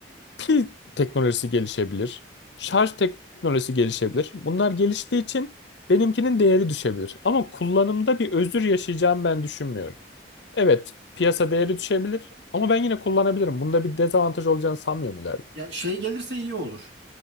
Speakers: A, on the left; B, on the right.
A: pil teknolojisi gelişebilir, şarj teknolojisi gelişebilir. Bunlar geliştiği için benimkinin değeri düşebilir. Ama kullanımda bir özür yaşayacağım ben düşünmüyorum. Evet, piyasa değeri düşebilir ama ben yine kullanabilirim. Bunda bir dezavantaj olacağını sanmıyorum ileride.
B: Ya şey gelirse iyi olur.